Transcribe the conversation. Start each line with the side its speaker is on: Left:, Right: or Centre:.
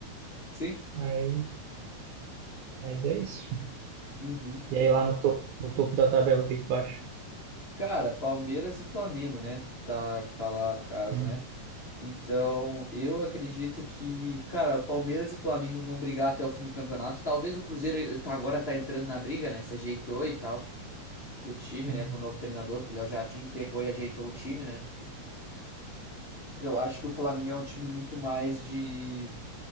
Left: Sim.
Right: Mas, mas é isso.
Left: Uhum.
Right: E aí lá no topo, no topo da tabela, o que que tu acha?
Left: Cara, Palmeiras e Flamengo, né? Que tá que tá lá no caso,
Right: Uhum,
Left: né? Então, eu acredito que, cara, Palmeiras e Flamengo vão brigar até o fim do campeonato. Talvez o Cruzeiro tá- agora tá entrando na briga, né? Se ajeitou e tal. O time,
Right: uhum,
Left: né, com o novo treinador, com o Léo Jardim, pegou e ajeitou o time, né? Eu acho que o Flamengo é um time muito mais de